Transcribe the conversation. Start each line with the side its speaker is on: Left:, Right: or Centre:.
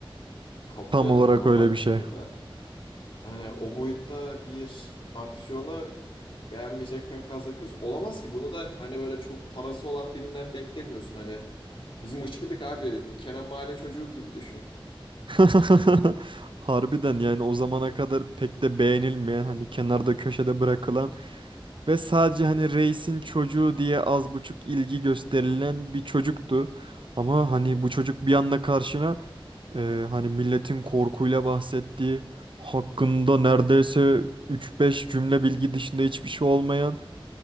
Left: Kapılıyor
Right: Tam olarak
Left: tabii normal
Right: öyle bir
Left: bir
Right: şey.
Left: şekilde. Yani o boyutta bir aksiyona beğenmeyecek pek fazla kız olamaz ki. Bunu da hani böyle çok parası olan birinden beklemiyorsun. Hani bizim ışkıdık abi Kenan Mahalle çocuğu gibi düşün.
Right: <laughs> Harbiden yani o zamana kadar pek de beğenilmeyen hani kenarda köşede bırakılan Ve sadece hani reisin çocuğu diye az buçuk ilgi gösterilen bir çocuktu. Ama hani bu çocuk bir anda karşına e, hani milletin korkuyla bahsettiği hakkında neredeyse üç beş cümle bilgi dışında hiçbir şey olmayan